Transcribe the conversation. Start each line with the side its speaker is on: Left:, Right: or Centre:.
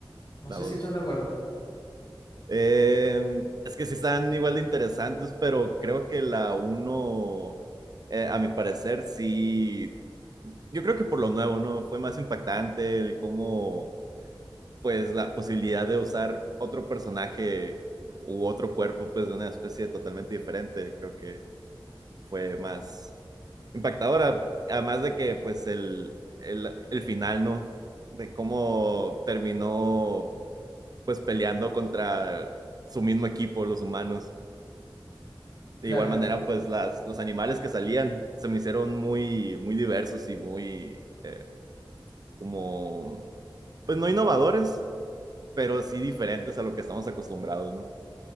Left: No
Right: La
Left: sé
Right: dos.
Left: si estás de acuerdo.
Right: Eh, es que sí están igual de interesantes, pero creo que la uno, eh, a mi parecer, sí, yo creo que por lo nuevo, ¿no? Fue más impactante el cómo, pues, la posibilidad de usar otro personaje u otro cuerpo, pues, de una especie totalmente diferente, creo que fue más impactadora. Además de que, pues, el, el, el final, ¿no? De cómo terminó, pues, peleando contra su mismo equipo, los humanos. De
Left: Claro.
Right: igual manera, pues, las, los animales que salían se me hicieron muy, muy diversos y muy, eh, como, pues, no innovadores, pero sí diferentes a lo que estamos acostumbrados, ¿no?